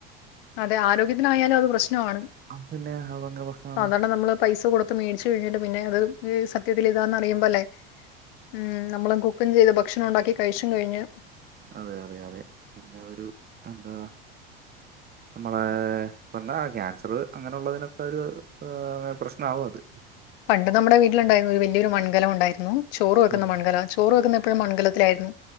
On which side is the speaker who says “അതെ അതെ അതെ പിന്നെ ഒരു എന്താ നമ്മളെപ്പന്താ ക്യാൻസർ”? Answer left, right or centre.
Right